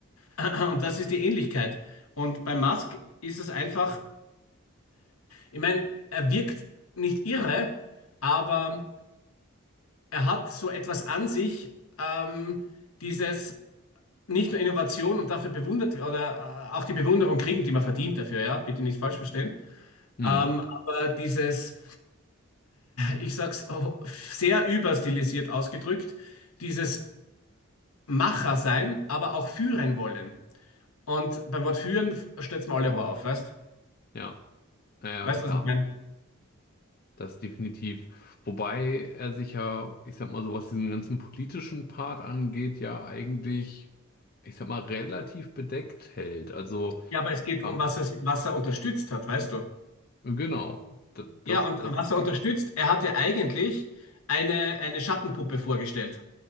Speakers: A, on the left (about 85°); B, on the left (about 45°).
A: <laughs> Und das ist die Ähnlichkeit. Und bei Musk ist es einfach, ich meine, er wirkt nicht irre, aber er hat so etwas an sich, ähm, dieses nicht nur Innovation und dafür bewundert oder äh, auch die Bewunderung kriegen, die man verdient dafür, ja, bitte nicht falsch verstehen.
B: hm,
A: Ähm, aber dieses, ich sag's oh, sehr überstilisiert ausgedrückt, dieses Macher sein, aber auch führen wollen. Und beim Wort führen stellt's mir alle Horror auf, weißt?
B: ja, naja,
A: Weißt
B: klar.
A: du, was ich meine?
B: Das definitiv. Wobei er sich ja, ich sag mal so, was diesen ganzen politischen Part angeht, ja eigentlich, ich sag mal, relativ bedeckt hält. Also,
A: Ja, aber es geht
B: ähm,
A: darum, was er, was er unterstützt hat, weißt du?
B: genau, D- das,
A: Ja, und
B: das,
A: was er unterstützt, er hat ja eigentlich eine, eine Schattenpuppe vorgestellt.